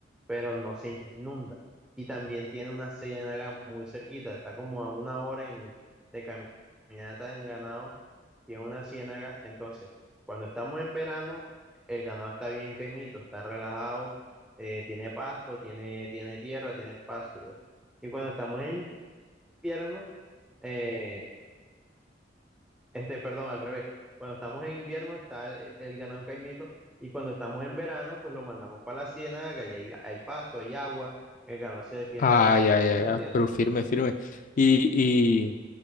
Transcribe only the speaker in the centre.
pero no se inunda. Y también tiene una ciénaga muy cerquita, está como a una hora en, de caminata en ganado, tiene una ciénaga. Entonces, cuando estamos en verano, el ganado está bien quemito, está relajado, eh, tiene pasto, tiene, tiene tierra, tiene espacio. Y cuando estamos en invierno, eh, este, perdón, al revés. Cuando estamos en invierno está el, el ganado en caimito y cuando estamos en verano, pues lo mandamos para la ciénaga, que allá hay, hay pasto, hay agua, el ganado se defiende
allá.
¿Sí me
entiendes?